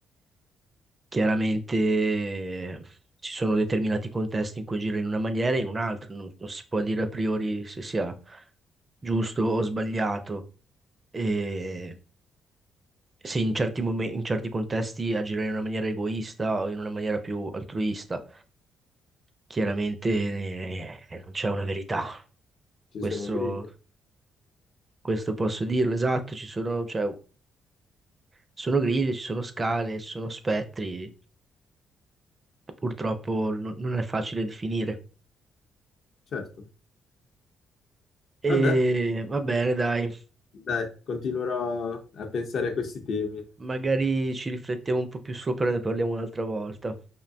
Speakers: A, on the right; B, on the left.
A: Chiaramente ci sono determinati contesti in cui agire in una maniera e in un'altra, non, non si può dire a priori se sia giusto o sbagliato. E se in certi momenti, in certi contesti agire in una maniera egoista o in una maniera più altruista, chiaramente eh, non c'è una verità.
B: ci
A: Questo,
B: sono griglie.
A: questo posso dirlo, esatto, ci sono, cioè, sono griglie, ci sono scale, ci sono spettri, purtroppo non non è facile definire.
B: Certo.
A: E
B: Vabbè,
A: va bene, dai,
B: dai, continuerò a pensare a questi temi.
A: magari ci riflettiamo un po' più sopra e ne parliamo un'altra volta.